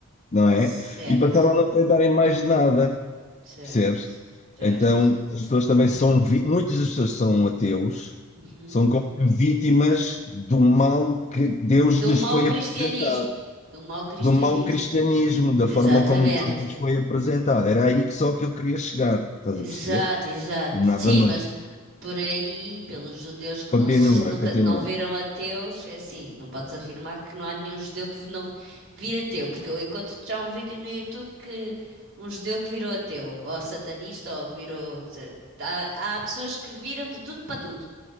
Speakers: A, on the left (about 35°); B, on the right (about 75°).
A: não é?
B: certo,
A: E passaram a não acreditarem mais nada,
B: certo,
A: percebes?
B: certo.
A: Então as pessoas também são, vi- muitas das pessoas são ateus,
B: Uhum.
A: são como que vítimas do mal que Deus
B: Do
A: lhes
B: mau
A: foi
B: cristianismo.
A: apresentado
B: Do mau cristianismo.
A: do mau cristianismo, da
B: Exatamente.
A: forma como Deus nos foi apresentado. Era aí que só que eu queria chegar, estás
B: Exato,
A: a perceber?
B: exato.
A: Nada
B: Sim,
A: mais.
B: mas por aí, pelos judeus que
A: Continua,
B: não se- nunca
A: continua.
B: não viram ateus, é assim, não podes afirmar que não há nenhum judeu que vi- não vira ateu, porque eu encontro já um vídeo no YouTube que um judeu que virou ateu, ou satanista, ou que virou. se- Há, há pessoas que viram de tudo para tudo.